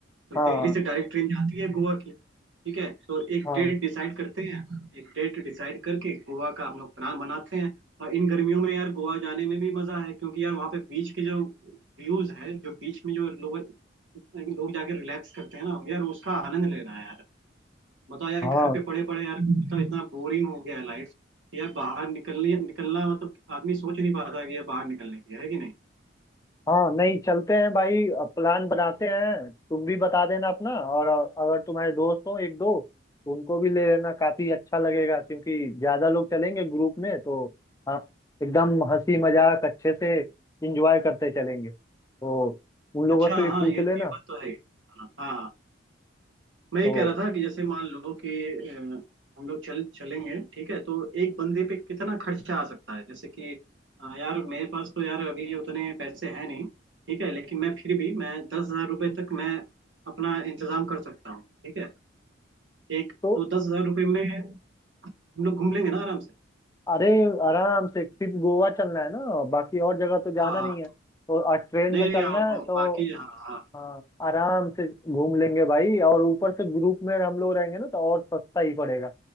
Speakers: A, on the right; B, on the left.
A: तो
B: हाँ
A: दिल्ली से डायरेक्ट ट्रेन जाती है गोवा की ठीक है तो एक
B: हाँ
A: डेट डिसाइड करते हैं एक डेट डिसाइड करके गोवा का हम लोग प्लान बनाते हैं और इन गर्मियों में यार गोवा जाने में भी मजा है क्योंकि यार वहाँ पे बीच के जो व्यूज है जो बीच में जो लोग लोग जाके रिलैक्स करते हैं ना यार उसका आनंद लेना है यार बताओ
B: हाँ
A: यार घर पे पड़े पड़े यार मतलब इतना बोरिंग हो गया है लाइफ यार बाहर निकलनी निकलना मतलब आदमी सोच नहीं पाता कि यार बाहर निकलने की है कि नहीं
B: हाँ नहीं चलते हैं भाई प्लान बनाते हैं तुम भी बता देना अपना और अगर तुम्हारे दोस्त हो एक दो तो उनको भी ले लेना काफी अच्छा लगेगा क्योंकि ज्यादा लोग चलेंगे ग्रुप में तो हाँ एकदम हंसी मजाक अच्छे से इंजॉय करते चलेंगे तो उन लोगों
A: अच्छा
B: से
A: हाँ
B: भी पूछ
A: ये
B: लेना
A: ये बात तो है हाँ हाँ मैं ये
B: तो
A: कह रहा था कि जैसे मान लो कि अ, हम लोग चल चलेंगे ठीक है तो एक बंदे पे कितना खर्चा आ सकता है जैसे कि अ, यार मेरे पास तो यार अभी उतने पैसे हैं नहीं ठीक है लेकिन मैं फिर भी मैं दस हजार रुपये तक मैं अपना इंतजाम कर सकता हूँ ठीक है एक
B: तो
A: तो दस हजार रुपये में हम लोग घूम लेंगे ना आराम से
B: अरे आराम से सिर्फ गोवा चलना है ना बाकी और जगह तो जाना
A: हाँ हाँ
B: नहीं है तो आज ट्रेन
A: नहीं
B: से
A: नहीं
B: चलना
A: हाँ,
B: है
A: हाँ,
B: तो
A: बाकी हाँ हाँ
B: हाँ आराम से घूम लेंगे भाई और ऊपर से ग्रुप में हम लोग रहेंगे ना तो और सस्ता ही पड़ेगा